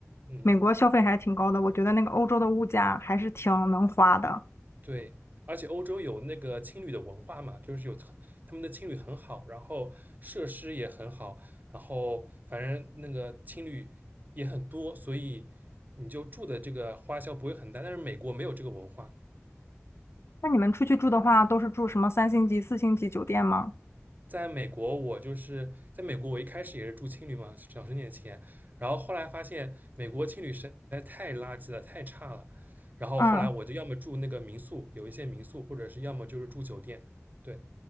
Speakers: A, on the right; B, on the left.
A: 嗯，
B: 美国消费还挺高的，我觉得那个欧洲的物价还是挺能花的。
A: 对。而且欧洲有那个青旅的文化嘛，就是有很他们的青旅很好，然后设施也很好，然后反正那个青旅也很多，所以你就住的这个花销不会很大。但是美国没有这个文化，
B: 那你们出去住的话，都是住什么三星级、四星级酒店吗？
A: 在美国，我就是在美国，我一开始也是住青旅嘛，省省点钱，然后后来发现美国青旅实在太垃圾了，太差了，然后后来我就要么住那个民宿，
B: 嗯，
A: 有一些民宿，或者是要么就是住酒店。对，